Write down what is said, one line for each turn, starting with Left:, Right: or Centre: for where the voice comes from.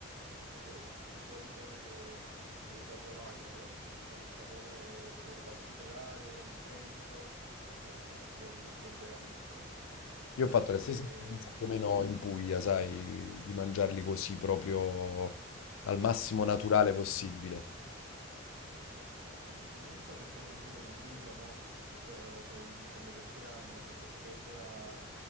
Right: che secondo me si è da provare nella vita perché hanno un sapore proprio particolare, intenso, eh, buoni, buoni veramente.
Left: Io ho fatto la
Right: E,
Left: stessa esperienza
Right: mh,
Left: più o meno in Puglia, sai, di mangiarli così proprio al massimo naturale possibile.
Right: sì, che non so se poi hai sentito che in Puglia mo, eh, per- mi sembra per tre anni hanno sospeso la,